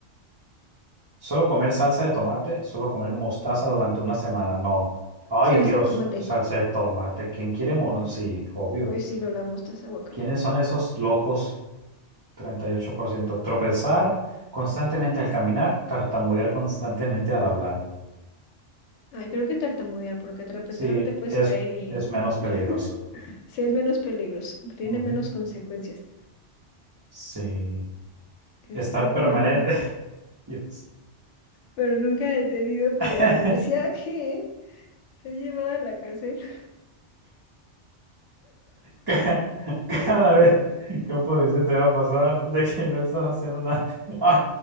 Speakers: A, on the right; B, on the left.
A: Solo comer salsa de tomate, solo comer mostaza durante una semana. No. Ay,
B: salsa
A: Dios,
B: de tomate.
A: salsa de tomate. ¿Quién quiere? mo- Sí, obvio.
B: Ay sí no la mostaza, guacala.
A: ¿Quiénes son esos locos? 38%. Tropezar constantemente al caminar, tartamudear constantemente al hablar.
B: Ay, creo que tartamudear, porque trapezar
A: Sí,
B: te puedes
A: es,
B: caer y
A: es menos peligroso.
B: <laughs> sí es menos peligroso, tiene
A: Ujú.
B: menos consecuencias.
A: Sí. Estar
B: Estar
A: permanente.
B: penal,
A: <laughs> Dios.
B: pero nunca detenido por
A: <laughs>
B: la policía, que ser llevada a la cárcel.
A: Ca- Cada vez que un policía te va a pasar de que no estás haciendo nada. <laughs> Ay,